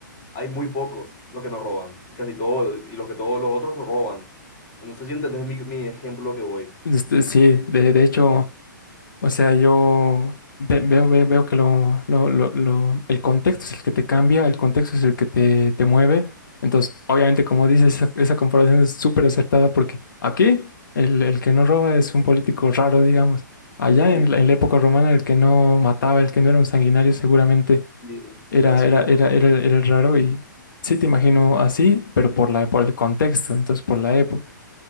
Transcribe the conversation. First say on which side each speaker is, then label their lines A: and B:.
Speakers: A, on the left; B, on the left.
A: Hay muy pocos los que no roban y casi todos, y los que todos los otros roban. No sé si entendés mi, mi ejemplo que voy.
B: Este, sí, de, de hecho. O sea, yo ve- veo, ve- veo, que lo, lo- lo- lo- el contexto es el que te cambia, el contexto es el que te, te mueve. Entonces, obviamente, como dices, esa, esa comparación es súper acertada porque aquí el, el que no roba es un político raro, digamos. Allá
A: Sí,
B: en, la en la época romana, el que no mataba, el que no era un sanguinario, seguramente
A: y,
B: era,
A: y así.
B: era,
A: así.
B: era, era, era el raro. Y sí te imagino así, pero por la, por el contexto, entonces por la época.